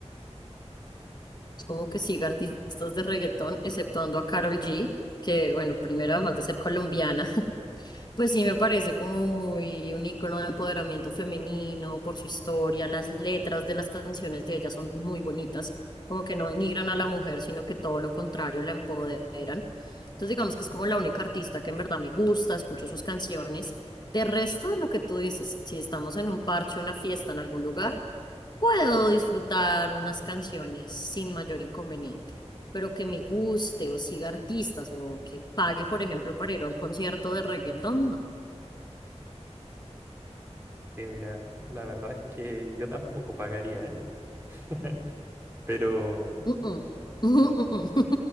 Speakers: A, on the left; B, on the right.
A: como que siga artistas de reggaetón, exceptuando a Karol G, que bueno, primero además de ser colombiana, <laughs> pues sí me parece como muy un icono de empoderamiento femenino por su historia, las letras de las canciones de ella son muy bonitas, como que no denigran a la mujer, sino que todo lo contrario la empoderan. Entonces digamos que es como la única artista que en verdad me gusta, escucho sus canciones. De resto, lo que tú dices, si estamos en un parche, una fiesta en algún lugar, Puedo disfrutar unas canciones sin mayor inconveniente, pero que me guste o siga artistas o que pague, por ejemplo, para ir a un concierto de reggaetón, no.
B: Sí, mira, la verdad es que yo tampoco pagaría, ¿eh? <laughs> Pero,
A: Mm-mm. <laughs> Ujú,